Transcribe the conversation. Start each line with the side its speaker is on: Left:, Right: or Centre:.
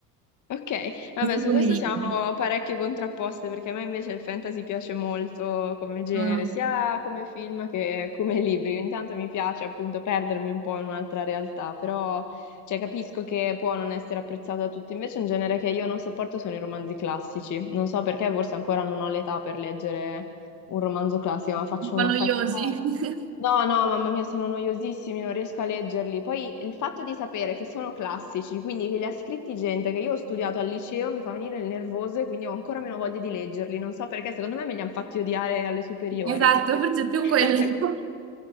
Left: Ok, vabbè,
Right: così
Left: su
Right: come
Left: questo
Right: i libri.
Left: siamo parecchio contrapposte perché a me invece il fantasy piace molto come genere,
Right: Mm.
Left: sia come film che come libri. Ogni tanto mi piace appunto perdermi un po' in un'altra realtà, però cioè, capisco che può non essere apprezzato da tutti. Invece un genere che io non sopporto sono i romanzi classici. Non so perché, forse ancora non ho l'età per leggere un romanzo classico, ma faccio
Right: Un po'
Left: una
Right: noiosi.
Left: fatica.
Right: <laughs>
Left: No, no, mamma mia, sono noiosissimi, non riesco a leggerli. Poi il fatto di sapere che sono classici, quindi che li ha scritti gente che io ho studiato al liceo, mi fa venire il nervoso e quindi ho ancora meno voglia di leggerli. Non so perché, secondo me me li hanno fatti odiare alle superiori.
Right: Esatto, forse è più
Left: <laughs>
Right: quello. <laughs>